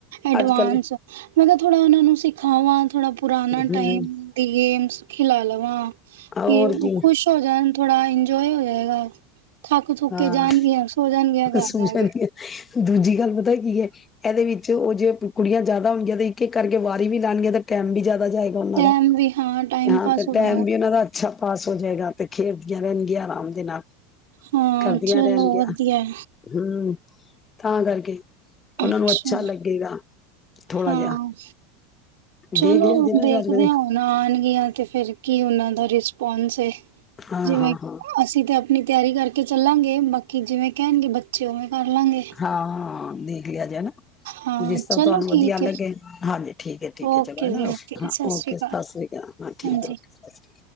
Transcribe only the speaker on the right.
ਐਡਵਾਂਸ
ਮੈਂ ਕਿਹਾ ਥੋੜਾ ਉਹਨਾ ਨੂੰ ਸਿੱਖ ਖਾਵਾਂ ਥੋੜ੍ਹਾ ਪੁਰਾਣਾ
ਟਾਈਮ ਤੇ ਗੇਮਸ ਖਿਲਾ ਲਵਾਂ।
ਕਿ ਉਹ
ਖੁਸ਼ ਹੋ ਜਾਣ ਥੋੜਾ ਇੰਜ ਜੋ ਹੀ ਹੋ ਜਾਏਗਾ। ਥੱਕ ਥੁੱਕ
ਕੇ ਜਾਣਗੀਆਂ, ਸੋ ਜਾਣਗੀਆਂ ਘਰ
ਜਾ ਕੇ।
ਟਾਈਮ
ਵੀ ਟਾਈਮ
ਪਾਸ
ਹੋ
ਜਾਏਗਾ
ਹਾਂ,
ਚਲੋ
ਵਧੀਆ ਐ।
ਅੱਛਾ।
ਹਾਂ,
ਚਲੋ
ਦੇਖਦੇ
ਹਾਂ ਹੁਣ ਆਉਣਗੀਆਂ ਅਤੇ ਫਿਰ ਕੀ ਉਹਨਾਂ ਦਾ ਰਿਸਪੋਂਸ ਐ।
ਜਿਵੇਂ
ਅਸੀਂ ਤਾਂ ਆਪਣੀ ਤਿਆਰੀ ਕਰਕੇ ਚੱਲਾਂਗੇ ਬਾਕੀ ਜਿਵੇਂ ਕਹਿਣਗੇ ਬੱਚੇ ਉਵੇਂ ਕਰ ਲਾਂਗੇ
ਹਾਂ
ਚਲੋ
ਠੀਕ
ਹੈ
ਓਕੇ
ਜੀ ਓਕੇ
ਸਤਿ ਸ੍ਰੀ
ਹਾਂਜੀ